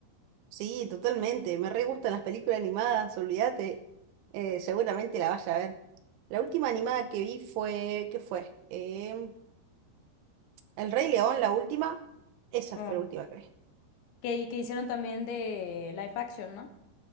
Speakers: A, on the right; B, on the left.
A: Sí, totalmente, me re gustan las películas animadas, olvídate. Eh, seguramente la vaya a ver. La última animada que vi fue, ¿qué fue? Em, El Rey León, la última. Esa
B: Mm.
A: fue la última, creo.
B: Que, que hicieron también de live action, ¿no?